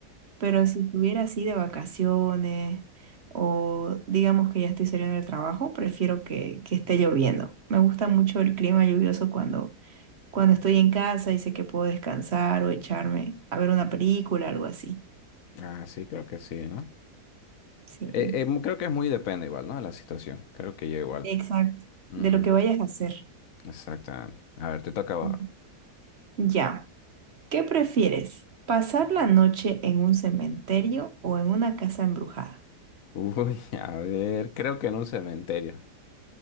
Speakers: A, on the right; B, on the left.
A: Pero si estuviera así de vacaciones o digamos que ya estoy saliendo del trabajo, prefiero que, que esté lloviendo. Me gusta mucho el clima lluvioso cuando, cuando estoy en casa y sé que puedo descansar o echarme a ver una película, algo así.
B: Ah, sí, creo que sí, ¿no?
A: Sí,
B: Eh, eh, mu- creo que es muy depende igual, ¿no? De la situación. Creo que yo igual.
A: exacto.
B: Ujú,
A: De lo que vayas a hacer.
B: Exactamente. A ver, te toca ahora.
A: Ujú. Ya. ¿Qué prefieres? ¿Pasar la noche en un cementerio o en una casa embrujada?
B: <laughs> Uy, a ver, creo que en un cementerio.